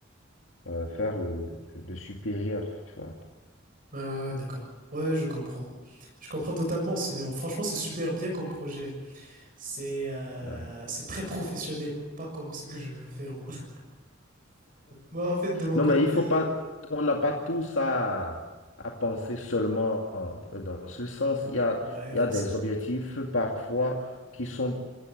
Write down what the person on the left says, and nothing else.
euh, faire le, le supérieur, tu vois.
Ouais.
Non,
mais il faut
pas, on n'a pas tous à, à penser seulement euh, dans ce sens. Il y a,
il
y a des objectifs parfois qui sont